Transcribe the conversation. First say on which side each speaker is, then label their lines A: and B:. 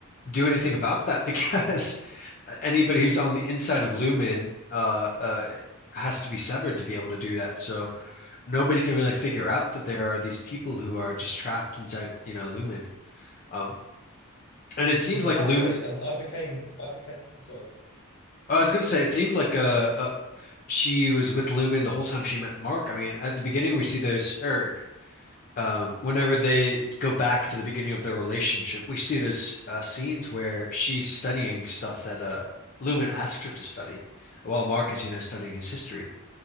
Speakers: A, on the left; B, on the left.
A: do anything about that because <laughs> anybody who's on the inside of Lumen uh uh has to be severed to be able to do that. So nobody can really figure out that there are these people who are just trapped inside, you know, Lumen. Um, and it
B: mm,
A: seems
B: exactly.
A: like Lumen.
B: And I became I became sorry,
A: I was gonna say it seemed like uh,
B: you go.
A: uh she was with Lumen the whole time she met Mark. I mean, at the beginning we see those, or um, whenever they go back to the beginning of their relationship, we see this uh, scenes where she's studying stuff that uh, Lumen asked her to study, while Mark is, you know, studying his history.